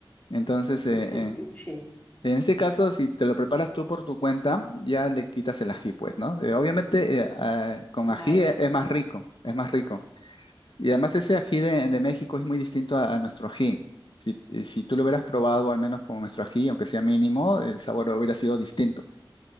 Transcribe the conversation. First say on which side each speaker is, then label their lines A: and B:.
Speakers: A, on the left; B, on the left.
A: Entonces, eh,
B: <laughs>
A: eh,
B: sí.
A: en este caso, si te lo preparas tú por tu cuenta, ya le quitas el ají, pues, ¿no? Eh, obviamente, eh, ah, con ají
B: Vale.
A: e- es más rico, es más rico. Y además ese ají de, de México es muy distinto a, a nuestro ají. Si, eh, si tú lo hubieras probado al menos con nuestro ají, aunque sea mínimo, el sabor hubiera sido distinto.